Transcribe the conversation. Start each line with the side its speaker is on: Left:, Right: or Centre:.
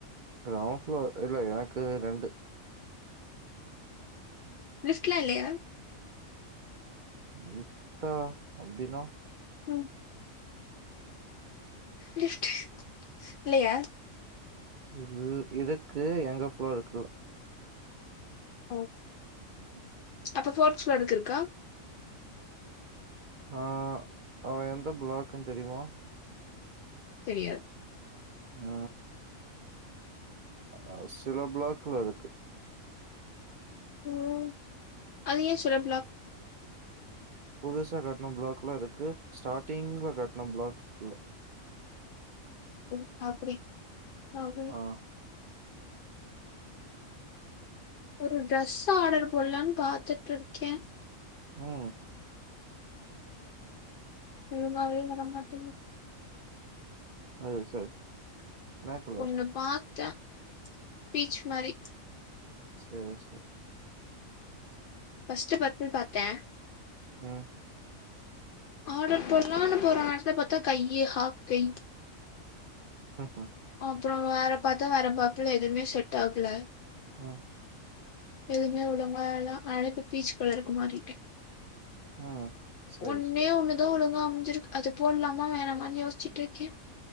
Right: <unintelligible> இல்ல எனக்கு ரெண்டு
Left: லிஃப்ட்லா இல்லயா
Right: லிஃப்டா அப்டின்னா?
Left: ம் லிஃப்ட்டு இல்லயா
Right: இல் இரு க்கு எங்க ஃப்ளோருக் இல்ல
Left: ஓ
Right: <inaudible>
Left: அப்ப ஃபோர்த் ப்ளோருக்கு இருக்கா?
Right: ஆ அவ எந்த பிளாக்குன் தெரியுமா?
Left: தெரியாது
Right: ஆ அ சில ப்ளாக்ல இரு
Left: ம் அது ஏன் சில பிளாக்
Right: புதுசா கட்ன பிளாக்லா இருக்கு ஸ்டார்ட்டிங்ல கட்ன பிளாக் இல்ல
Left: ஓ அப்டி அப்டி <inaudible>
Right: ஆ
Left: ஒரு ட்ரஸு ஆடர் போடலான்னு பாத்துட்டு இருக்கே
Right: ம்
Left: ஒழுங்காவே வரமாட்டிங்குது
Right: அது சரி என்ன கலர்
Left: ஒன்னு பாத் த பீச்சி மாரி
Right: சேரி சேரி
Left: பஸ்ட்டு பர்பில் பாத்தன்
Right: ம்
Left: ஆடர் போடலான்னு போற நேரத்தல பாத்தா கையி ஹாஃப் கை
Right: ஆ ஆ
Left: அப்றோ வேற பாத்தா வேற பப்புல எதுவுமே செட்டாகல
Right: ஆ
Left: எதுவுமே ஒழுங்கா இல்ல அதனால இப்ப பீச் கலருக்கு மாறிட்டன்
Right: ம் சேரி
Left: ஒன்னே
Right: சேரி
Left: ஒண்ணுதா ஒழுங்கா முஞ்சிருக்கு அது போடலாம வேணாமனு யோசிச்சிட்டு இருக்க